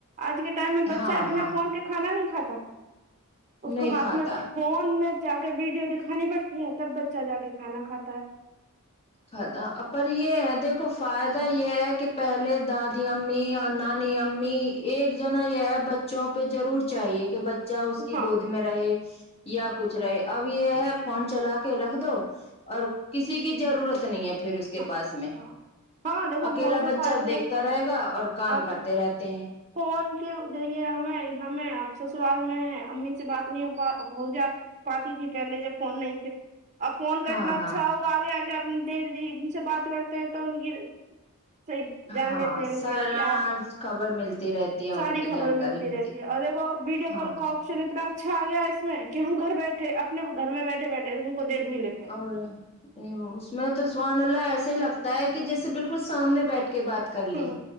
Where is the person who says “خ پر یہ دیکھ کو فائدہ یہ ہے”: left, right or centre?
Left